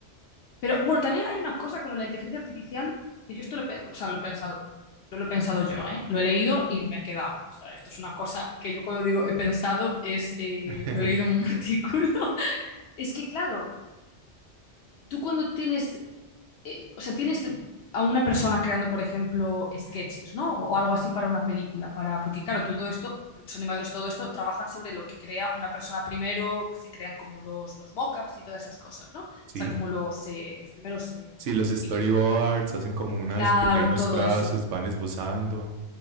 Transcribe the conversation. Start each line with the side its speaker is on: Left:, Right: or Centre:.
Left: pero bueno, también hay una cosa con la inteligencia artificial que yo esto lo, he pe- o sea, lo he pensado, no lo he pensado yo, ¿eh? Lo he leído y me ha quedado. O sea, esto es una cosa que yo cuando digo he pensado es, eh,
Right: <laughs>
Left: lo he leído en un <laughs> artículo. Es que claro, tú cuando tienes, eh, o sea, tienes a una persona creando, por ejemplo, sketches, ¿no? O, o algo así para una película, para, porque claro, todo esto, los animadores, todo esto, trabajan sobre lo que crea una persona primero, que se crean como los, los mockups y todas esas cosas, ¿no? O
Right: sí.
Left: sea, como los, eh, los primeros eh,
Right: sí. los
Left: dibujitos.
Right: storyboards hacen como unos
Left: Claro,
Right: pequeños
Left: todo
Right: trazos,
Left: eso.
Right: van esbozando